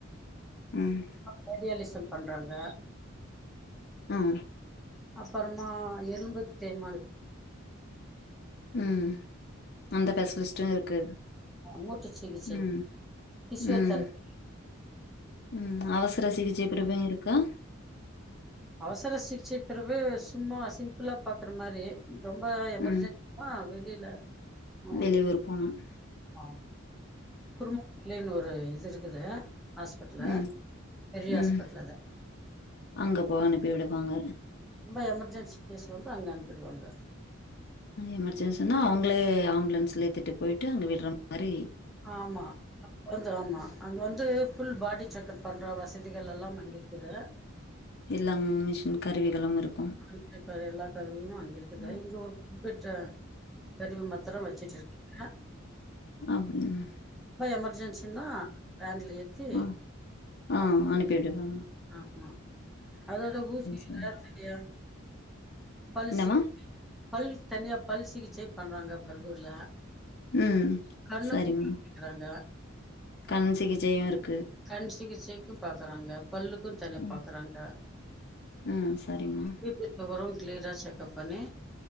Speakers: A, on the left; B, in the centre.
A: ம்
B: கார்டியாலிசம் பண்றாங்க
A: ம்
B: அப்பறமா எழும்பு தேய்மானத்
A: ம் அந்த ஸ்பெஷலிஸ்ட்டு இருக்கு
B: முட்டு சிகிச்சை
A: ம்
B: பிசியோ
A: ம்
B: தெரப்பி
A: ம் அவசர சிகிச்சை பிரிவும் இருக்கா
B: அவசர சிகிச்சை பிரிவு சும்மா சிம்பிளா பாக்குற மாறி ரொம்ப எமர்ஜென்
A: ம்
B: ஆ வெளில ம்
A: வெளியூர் போனும்
B: ஆ குறும் புள்ளைனு ஒரு இது இருக்குது ஹாஸ்பிட்டல
A: ம்.
B: பெரிய
A: ம்.
B: ஹாஸ்பிட்டல் அது
A: அங்க போ அனுப்பி விடுவாங்க.
B: ரொம்ப எமர்ஜென்சி கேஸ் வந்து அங்கே அனுப்பிடுவாங்க
A: எமர்ஜென்சினா அவங்களே ஆம்புலன்ஸ்ஸில ஏத்திட்டு போய்ட்டு அங்கே விடுற மாறி
B: ஆமா வருது ஆமா அங்க வந்து ஃபுல் பாடி செக்ப் பண்ற வசதிகள் எல்லா அங்க இருக்குது
A: எல்லாம் மிஷின் கருவிகளும் இருக்கு
B: குறிப்பிட்ட எல்லா கருவியும் அங்க இருக்குது
A: ம்.
B: இங்க ஒரு குறிப்பிட்ட கருவி மாத்திர வச்சிட்டு இருக்காங்க
A: அப்டின்
B: ரொம்ப எமஜென்சினா வேன்ல ஏத்தி
A: ஆ. ஆ
B: அவங்க
A: அனுப்பி விடுறாங்க
B: ஆமா அதோட ஊசி
A: சரி.
B: தயாரிச்சிட்டியா பல்சி
A: என்னம்மா?
B: <unintelligible> பல் தனியா பல் சிகிச்சை பண்றாங்க பர்கூர்ல
A: ம்.
B: கண்ணுக்கு
A: சரிம்மா.
B: காமிக்கறாங்க
A: கண் சிகிச்சையு இருக்கு
B: கண் சிகிச்சைக்கு பாக்குறாங்க பல்லுக்கு தனியா
A: ம்.
B: பாக்குறாங்க
A: ம் சரிம்மா
B: <unintelligible> அப்றோ கிளியரா செக்கப் பண்ணி